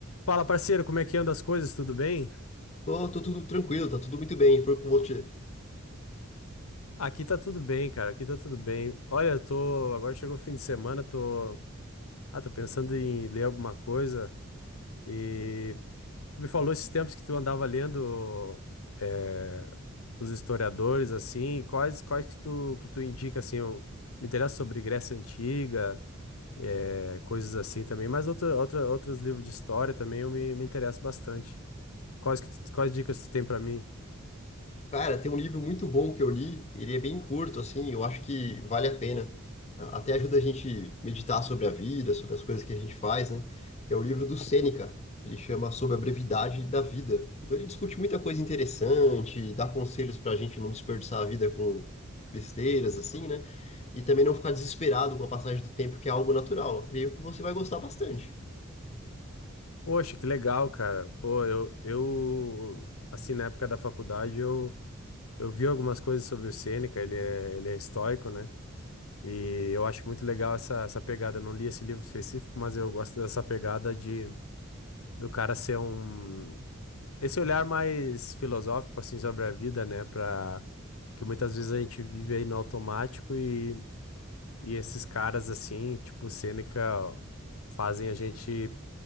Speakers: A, on the left; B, on the left.
A: Fala, parceiro, como é que anda as coisas? Tudo bem?
B: Tô, tô tudo tranquilo, tá tudo muito bem. Por, com você.
A: Aqui tá tudo bem, cara. Aqui tá tudo bem. Olha, eu tô. Agora chegou o fim de semana, tô. Ah, tô pensando em ler alguma coisa. E tu me falou esses tempos que tu andava lendo eh, os historiadores, assim. Quais, quais que tu, que tu indica, assim? Eu me interesso sobre Grécia Antiga, eh, coisas assim também. Mas outra, outra, outros livros de história também eu me, me interesso bastante. Quais, que tu- quais dicas tu tem pra mim?
B: Cara, tem um livro muito bom que eu li, ele é bem curto, assim, eu acho que vale a pena. A- Até ajuda a gente meditar sobre a vida, sobre as coisas que a gente faz, né? Que é o livro do Sêneca. Ele chama Sobre a Brevidade da Vida. Então ele discute muita coisa interessante, dá conselhos pra gente não desperdiçar a vida com besteiras, assim, né? E também não ficar desesperado com a passagem do tempo, que é algo natural. Eu creio que você vai gostar bastante.
A: Poxa, que legal, cara. Pô, eu, eu assim, na época da faculdade, eu, eu vi algumas coisas sobre o Sêneca, ele é, ele é estoico, né? E eu acho muito legal essa, essa pegada. Eu não li esse livro específico, mas eu gosto dessa pegada de do cara ser um... Esse olhar mais filosófico, assim, sobre a vida, né? Pra... Que muitas vezes a gente vive aí no automático e, e esses caras, assim, tipo o Sêneca, fazem a gente,